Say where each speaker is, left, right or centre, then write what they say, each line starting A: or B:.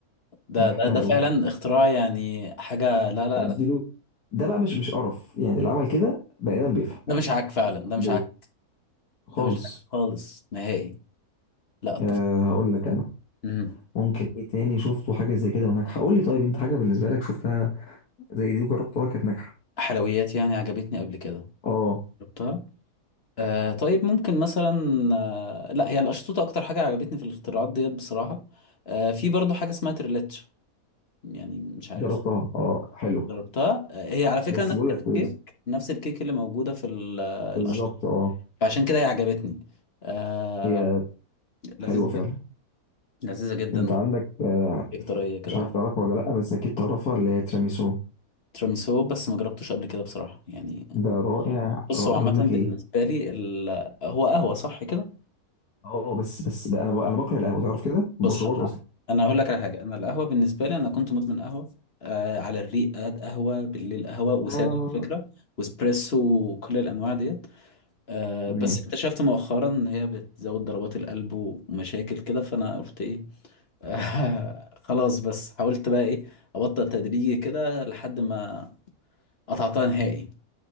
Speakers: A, on the left; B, on the left.
A: ده
B: انا بحبها
A: ده ده فعلا
B: قوي
A: اختراع يعني حاجة لا لا
B: اديله
A: لا
B: ده بقى مش مش قرف يعني اللي عمل كده بني ادم بيفهم
A: ده مش عك فعلا
B: حدود
A: ده مش عك
B: خالص
A: ده مش عك خالص نهائي لا طف...
B: أه هقول لك انا
A: مم.
B: ممكن ايه تاني شفته حاجه زي كده وناجحه قول لي طيب انت حاجه بالنسبه لك شفتها زي دي وجربتها كانت ناجحه
A: حلويات يعني عجبتني قبل كده
B: اه
A: جربتها آه طيب ممكن مثلا آه لا هي الأشطوطة أكتر حاجة عجبتني في الاختراعات ديت بصراحة آه في برضو حاجة اسمها تريلاتش يعني مش عارف
B: جربتها اه حلو
A: جربتها هي على فكرة
B: بس
A: نفس
B: بقول لك
A: الكيك
B: كويس
A: نفس الكيك اللي موجودة في ال-
B: بالظبط
A: الأشطوطة
B: اه
A: فعشان كده هي عجبتني آه...
B: هي
A: لذيذة
B: حلوه فعلا
A: جدا لذيذة جدا
B: انت عندك آه،
A: كيك طرية كده
B: مش عارف تعرفها ولا لا بس اكيد تعرفها اللي هي تيراميسو
A: تيراميسو بس ما جربتوش قبل كده بصراحة يعني
B: ده رائع
A: بص
B: رائع
A: هو عامة
B: بقول
A: بالنسبة
B: لك ايه
A: لي ال... هو قهوة صح كده
B: اه بس بس بقى انا انا بكره القهوه تعرف كده ما
A: بص
B: بشربهاش
A: أنا
B: اصلا
A: أنا هقول لك على حاجة أنا القهوة بالنسبة لي أنا كنت مدمن قهوة آه... على الريق قهوة بالليل قهوة وسادة
B: لا لا لا
A: على فكرة
B: لا
A: واسبريسو وكل الأنواع ديت آه
B: تمام
A: بس اكتشفت مؤخرا ان هي بتزود ضربات القلب ومشاكل كده فانا قلت ايه <laughs> آه خلاص بس حاولت بقى ايه ابطل تدريجي كده لحد ما قطعتها نهائي